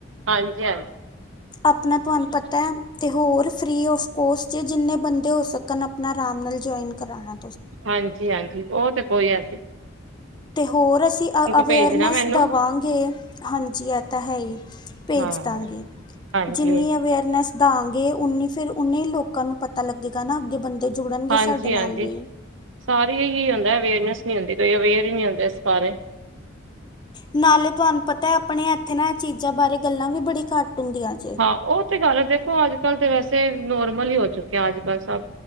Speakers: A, on the right (about 80°); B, on the left (about 20°).
A: ਹਾਂਜੀ-ਹਾਂਜੀ।
B: ਆਪਣਾ ਤੁਹਾਨੂੰ ਪਤਾ ਐ, ਤੇ ਹੋਰ ਫਰੀ ਆਫ ਕੋਸਟ ਚ, ਜਿੰਨੇ ਬੰਦੇ ਹੋ ਸਕਣ, ਆਪਣਾ ਆਰਾਮ ਨਾਲ ਜੁਆਇਨ ਕਰਾਣਾ।
A: ਹਾਂਜੀ-ਹਾਂਜੀ। ਉਹ ਤੇ ਕੋਈ ਆ
B: ਤੇ ਹੋਰ ਅਸੀਂ ਅ ਅਵੇਅਰਨੈਸ
A: ਭੇਜਣਾ ਮੈਨੂੰ
B: ਦੇਵਾਂਗੇ, ਹਾਂਜੀ ਇਹ ਤਾਂ ਹੈ ਹੀ ਭੇਜ
A: ਹਾਂ
B: ਦਾ ਗੀ,
A: ਹਾਂਜੀ
B: ਜਿੰਨੀ ਅਵੇਅਰਨੈਸ ਦਵਾਂਗੇ ਓਨੀ ਫੇਰ ਉਹਨੇ ਲੋਕਾਂ ਨੂੰ ਪਤਾ ਲੱਗੇਗਾ ਨਾ, ਅੱਗੇ ਬੰਦੇ ਜੁੜਨਗੇ
A: ਹਾਂਜੀ-ਹਾਂਜੀ,
B: ਸਾਡੇ ਨਾਲ ਵੀ
A: ਸਾਰੀ ਇਹੀ ਹੁੰਦਾ ਅਵੇਅਰਨੈਸ ਨ ਹੁੰਦੇ ਕੋਈ ਅਵੇਅਰ ਹੀ ਨਹੀ ਹੁੰਦੇ, ਇਸ ਬਾਰੇ।
B: ਨਾਲੇ ਤੁਹਾਨੂੰ ਪਤਾ ਆਪਣੇ, ਇੱਥੇ ਨਾਲ ਚੀਜ਼ਾਂ ਬਾਰੇ ਗੱਲਾਂ ਵੀ ਬੜੀ ਘੱਟ ਹੁੰਦੀਆਂ ਜੇ
A: ਹਾਂ, ਉਹ ਤੇ ਗੱਲ ਦੇਖੋ, ਅੱਜ ਕੱਲ੍ਹ ਤੇ ਵੈਸੇ ਤੇ ਨੋਰਮਲ ਹੀ ਹੋ ਚੁੱਕਿਆਂ, ਅੱਜ ਕੱਲ੍ਹ ਸਭ।